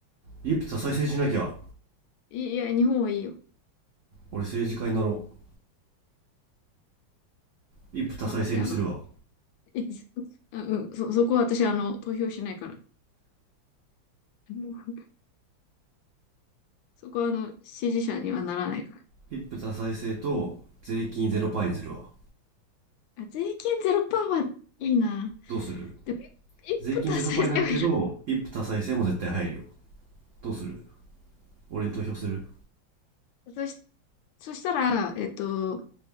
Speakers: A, on the right; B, on the left.
A: 一夫多妻制にしなきゃ
B: いいや、日本はいいよ。
A: 俺政治家になろう一夫多妻制にするわ
B: が頑張って、あの、いあうん、そ、そこは私、あの、投票しないから。<laughs> そこは、あの、支持者にはならないから。
A: 一夫多妻制と税金ゼロパーにするわ
B: あ税金ゼロパーはいいな。
A: どうする
B: でも、一一歩達成せよいら
A: 税金ゼロパーになるけど一夫多妻制も絶対入るよどうする俺に投票する
B: ん。そし、そしたら、えっと、